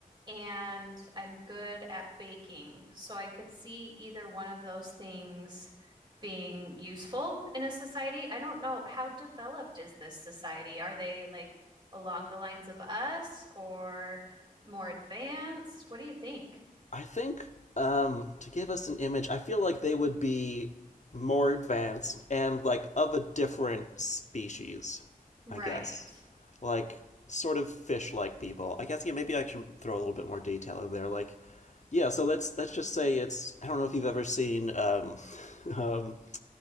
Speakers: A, on the right; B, on the left.
A: and I'm good at baking. So I could see either one of those things being useful in a society. I don't know how developed is this society? Are they like along the lines of us or more advanced? What do you think?
B: I think um, to give us an image, I feel like they would be more advanced and like of a different species,
A: Right.
B: I guess. Like sort of fish-like people. I guess yeah, maybe I should throw a little bit more detail in there. Like, yeah, so let's let's just say it's I don't know if you've ever seen um, <laughs> um